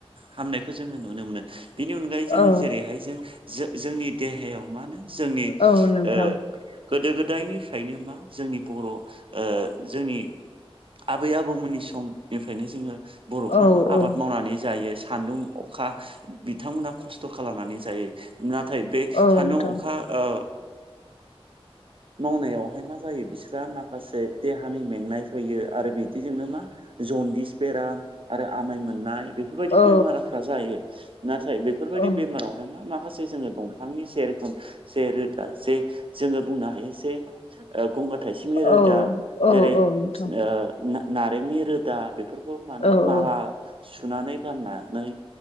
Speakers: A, on the right (about 60°); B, on the left (about 90°).
A: हामनायखौ जोङो नुनो मोनो बेनि अनगायै जोङो
B: औ
A: जेरैहाय जों जोंनि देहायाव मा होनो जोंनि
B: औ नोंथां
A: ओ गोदो गोदायनिफ्रायनो मा जोंनि बर' ओ जोंनि आबै आबौमोननि समनिफ्रायनो जोङो बर'फ्रा
B: औ
A: मा आबाद
B: औ
A: मावनानै जायो सान्दुं अखा बिथांमोना खस्थ' खालामनानै जायो। नाथाय बे
B: औ
A: सान्दुं
B: नोंथां
A: अखा ओ मावनायावहाय मा जायो बिस्राहा माखासे देहानि मेंनाय फैयो आरो बिदिजोंनो मा जनदिस बेराम आरो आमाय मोननाय बेफोरबायदि
B: औ
A: बेमारफ्रा जायो। नाथाय बेफोरबायदि
B: औ
A: बेमाराव माखासे जोङो दंफांनि सेर जे जोङो बुंनो हायो जे गंगार थाइसिमनि रोदा
B: औ
A: जेरै
B: औ
A: ओ
B: औ नोंथां
A: ना नारेंनि रोदा बेफोरखौ मानो
B: औ
A: माला
B: औ
A: सुनानै गाननानै